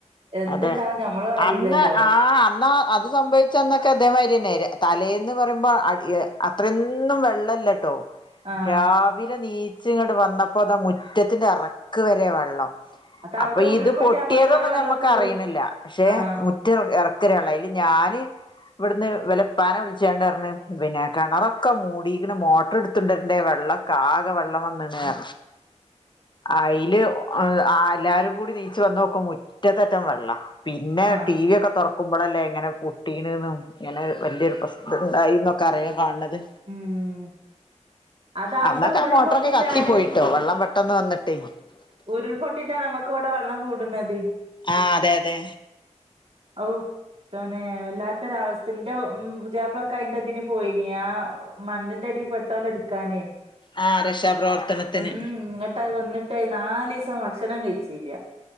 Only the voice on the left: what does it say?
അതെ
അന്ന് ആഹ് അന്നാ ഇത് സംഭവിച്ചന്നൊക്കെ ഇതേമാരിന്നെ തലേന്ന് പറയുമ്പോ അ അത്രയൊന്നും വെള്ളല്ലട്ടോ
രാവിലെ നീച്ച് ഇങ്ങെട്ട് വന്നപ്പോതാ മുറ്റത്തിന്റെ എറക്ക് വെരെ വെള്ളം
അപ്പൊ
ഇത് പൊട്ടിയതൊന്നും
ഞമ്മക്ക്
അറിണില്ല പക്ഷെ <unintelligible>
മുറ്റം എറക്കര വെള്ളം അയില് ഞാന് ഇവട്ന്ന് ഇവലെ ഇപ്പാനെ വിളിച്ചാണ്ട് പറഞ്ഞ് പിന്നെ കിണറൊക്കെ മൂടീക്ക്ണ് മോട്ടറ്ട്ത്ത് കൊണ്ടരണ്ടേ വെള്ളം ആകെ വെള്ളം വന്ന്ണ്റ്ഞ്ഞ് അയില് ഏഹ് അ എല്ലാരും കൂടിം നീച്ച് വന്നോക്കുമ്പോ മുറ്റത്തെറ്റം വെള്ളം പിന്നെ
ടി വി ഒക്കെ തൊറ ക്കുമ്പളല്ലേ ഇങ്ങനെ പൊട്ടീണ്ന്നും ഇങ്ങനെ വലിയൊരു പ്രശ്നണ്ടായിന്നൊക്കെ അറിയാ കാണ് ത്
അന്നൊക്കെ
ആ മോട്ടറൊക്കെ കത്തി പോയിട്ടോ വെള്ളം പെട്ടെന്ന് വന്ന്ട്ടേ
ആഹ് അതെ അതെ
ആ രക്ഷാപ്രവർത്തനത്തിന്